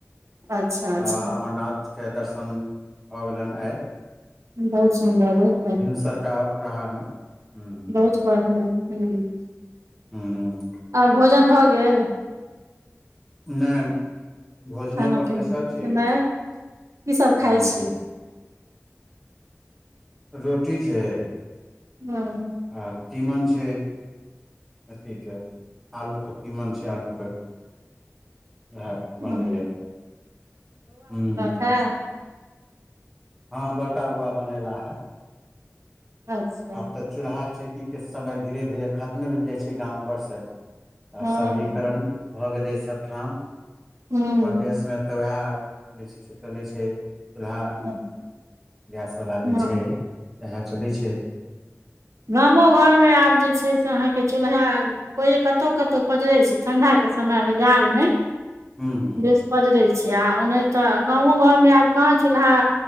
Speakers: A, on the right; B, in the centre.
A: अच्छा अच्छा
B: बाबा अमरनाथ के दर्शन भऽ गेलनि आइ
A: बहुत सुन्दर बहुत
B: भिनसरका ओ मे हं
A: ब ह ह
B: हूं
A: आ भोजन भऽ गेल
B: नहि भोजने
A: खाना
B: पर
A: पीना
B: बैसल छी
A: खेनाइ
B: ह
A: की सब खाइ छी
B: रोटी छै
A: हँ
B: आ तीमन छै अथीके आलूके तीमन छै आलूके इएह बनलैए
A: हँ
B: हं
A: हँ
B: हँ बड़का बौआ बनेला है
A: अच्छा
B: आब तऽ चूल्हा चौकीके समय धीरे धीरे खतमे भेल जाइ छै गाम घरसँ
A: हँ
B: आब शहरीकरण भऽ गेलै सभठाम
A: हूँ
B: परदेशमे तऽ वयह जे छै से चलै छै चूल्हा
A: हँ
B: गैस तला
A: हँ
B: जे छै इएह चलै छै
A: गामो घरमे आब जे छै से अहाँके चूल्हा कोहि कतहु कतहु पजरे छै ठंडा के समय मे जार मे
B: हुं हुं
A: बेस पजरै छै आ ओ नहि तऽ गाँवो घरमे आब कहाँ चूल्हा